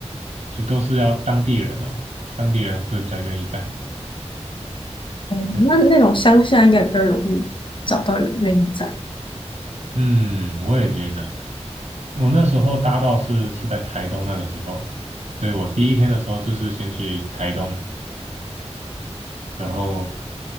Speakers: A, on the right; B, on the left.
A: 就都是要当地人哦，当地人会比较愿意载你。
B: 哦，
A: 对，
B: 那那种乡下应该比较容易找到有人愿意载。
A: 嗯，我也觉得，我那时候搭到是是在台东那个时候，所以我第一天的时候就是先去台东然后